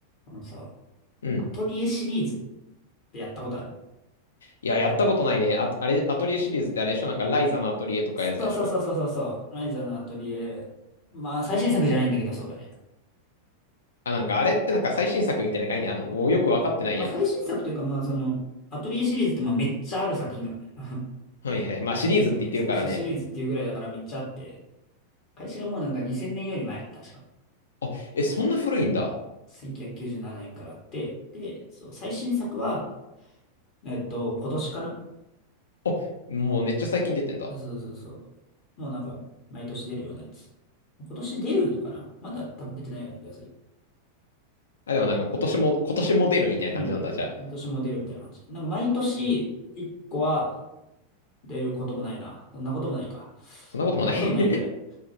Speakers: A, on the left; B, on the left.
A: あのさ、
B: うん。
A: アトリエシリーズってやったことある
B: いや、やったことないね。あ、あれ、アトリエシリーズってあれでしょなんか、ライザのアトリエとかやつでしょ
A: そうそうそうそうそうそう。ライザのアトリエ。まあ、最新作じゃないんだけど、そうだね。
B: あ、なんか、あれってなんか最新作みたいな概念あんのおよくわかってないや。
A: まあ、最新作というか、まあ、その、アトリエシリーズって、まあ、めっちゃある作品なのね。<laughs>
B: はいはい。まあ、
A: めっちゃ先なんて、
B: シリーズって言ってるからね。
A: そういうシリーズっていうぐらいだからめっちゃあって、開始がもうなんか2000年より前、確か。
B: あ、え、そんな古いんだ。
A: 1997年からあって、で、そう、最新作は、えっと、今年かな
B: あ、もうめっちゃ最近出てんだ。
A: そうそうそう。もうなんか、毎年出るようなやつ。今年出るのかなまだ多分出てないような気がする。
B: あ、でもなんか今年も、今年も出るみたいな感じなんだ。
A: うん。
B: じゃあ、
A: 私も出るみたいな感じ。なんか毎年1個は出ることもないな。そんなこともないか。
B: そんなこともない
A: そんなこともないぐらい。